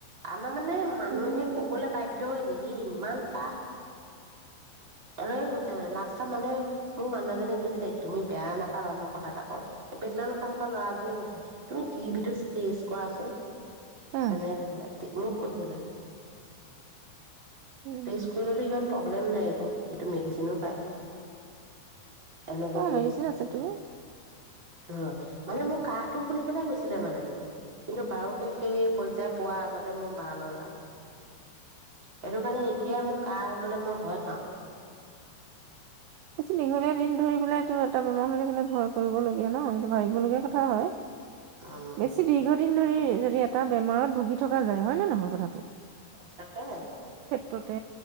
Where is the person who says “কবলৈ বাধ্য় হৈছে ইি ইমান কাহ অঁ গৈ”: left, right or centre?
Right